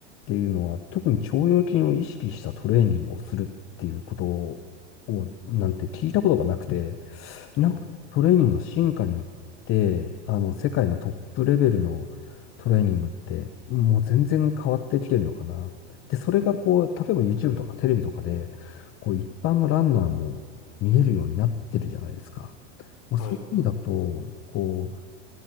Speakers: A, on the left (about 40°); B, on the left (about 55°).
A: ていうのは、特に腸腰筋を意識したトレーニングをするっていうことを、なんて聞いたことがなくて、なんかトレーニングの進化によって、
B: う、はい、
A: あの、世界のトップレベルのトレーニングって、もう全然変わってきてるのかな。で、それがこう、例えば YouTube とかテレビとかで、こう、一般のランナーも見えるようになってるじゃないですか。まあ、
B: はい。
A: そういう意味だと、こ